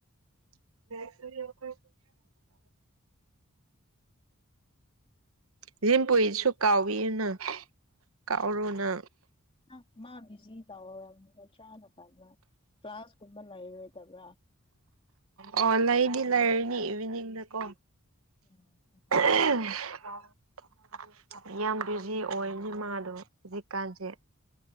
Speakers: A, on the right; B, on the left.
A: <unintelligible> <unintelligible> ꯀꯥꯎꯕꯤꯌꯨꯅ ꯀꯥꯎꯔꯣꯅ
B: ꯑ ꯃꯥꯕꯤꯁꯤ ꯇꯧꯔꯝꯒꯗ꯭ꯔꯥ ꯅꯥ ꯀꯜꯅ ꯀ꯭ꯂꯥꯁ ꯀꯨꯝꯕ ꯂꯩꯔꯣꯏꯗꯕ꯭ꯔꯥ
A: ꯑꯣ ꯂꯩꯅꯤ ꯂꯩꯔꯅꯤ ꯏꯚꯤꯅꯤꯡꯗꯀꯣ
B: ꯎꯝ ꯑꯗꯨꯅꯦ
A: <unintelligible> ꯌꯥꯝ ꯕꯤꯖꯤ ꯑꯣꯏꯅꯦ ꯃꯥꯗꯣ ꯍꯧꯖꯤꯛꯀꯥꯟꯁꯦ